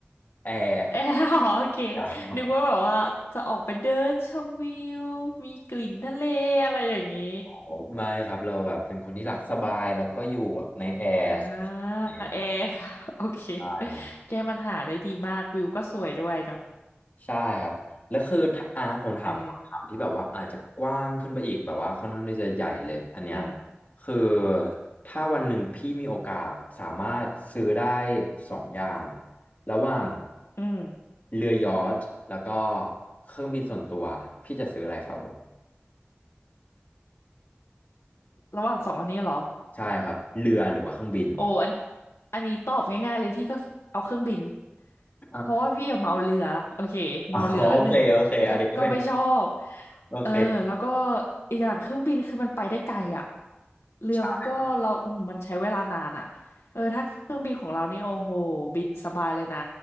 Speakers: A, on the left (about 40°); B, on the left (about 80°).
A: แอร์
B: เอออ๋อโอเค
A: ยาวมาก
B: นึกว่าแบบว่าจะออกไปเดินชมวิว มีกลิ่นทะเลอะไรอย่างนี้
A: อ๋อไม่ครับเราแบบเป็นคนที่รักสบายแล้วก็อยู่ในแอร์
B: อ่า
A: อะไรอย่างเงี้ยครับ
B: เอร์ค่ะ โอเค
A: ใช่ครับ
B: แก้ปัญหาได้ดีมากวิวก็สวยด้วยเนาะ
A: ใช่ครับแล้วคือถ้าอ่าผมถามคำถามที่แบบว่าอาจจะกว้างขึ้นไปอีกแบบว่าค่อนข้างที่จะใหญ่เลยอันเนี้ย
B: เอออืม
A: คือถ้าวันหนึ่งพี่มีโอกาสสามารถซื้อได้สองอย่างระหว่าง
B: อืม
A: เรือยอชท์แล้วก็เครื่องบินส่วนตัวพี่จะซื้ออะไรครับผม
B: ระหว่างสองอันนี้เหรอ
A: ใช่ครับเรือหรือว่าเครื่องบิน
B: โอ้อันอันนี้ตอบง่ายๆเลยพี่ก็เอาเครื่องบิน
A: <laughs> อ่ะ
B: เพราะว่าพี่อะเมาเรือโอเคเมาเรือละหนึ่งก็ก็ไม่ชอบ
A: อ๋อโอเคโอเคอันนี้ก็เป็นโอเค
B: เออแล้วก็อีกอย่างเครื่องบินคือมันไปได้ไกลอ่ะเรือมันก็เราอืมมันใช้เวลานานอ่ะเออถ้าเครื่องบินของเรานี่โอ้โหบินสบายเลยนะ
A: ใช่